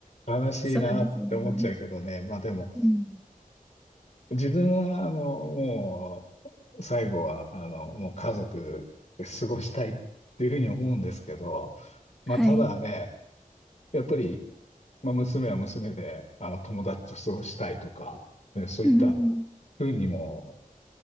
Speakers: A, on the left (about 55°); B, in the centre.
A: 悲しいなって思っちゃうけどね。
B: そうですよね。
A: まあでも、
B: うん。
A: 自分はあの、もう最後はあの、もう家族で過ごしたいっていうふうに思うんですけど、まあただね、
B: はい。
A: やっぱりまあ、娘は娘で、あの、友達と過ごしたいとか、ね、そういった
B: うん。
A: ふうにも、